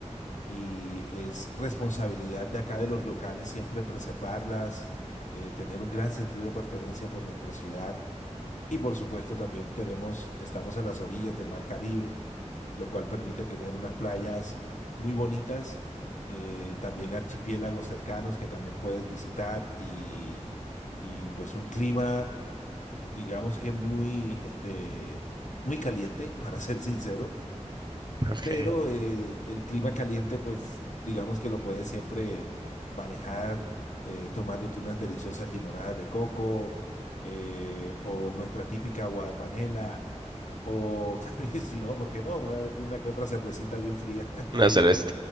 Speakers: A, on the left; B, on the right.
A: y es responsabilidad de acá de los locales siempre preservarlas, eh, tener un gran sentido de pertenencia por nuestra ciudad. Y por supuesto también tenemos, estamos a las orillas del Mar Caribe, lo cual permite tener unas playas muy bonitas, eh, también archipiélagos cercanos que también puedes visitar y, y pues un clima, digamos que muy, este, muy caliente, <laughs> para ser sincero
B: Ok,
A: pero el, el clima caliente, pues digamos que lo puedes siempre manejar eh, tomándote unas deliciosas limonadas de coco eh, o nuestra típica agua de panela. O <laughs> también, si no, ¿por qué no? Una, una que otra cervecita bien fría <laughs> ayuda,
B: una cerveza.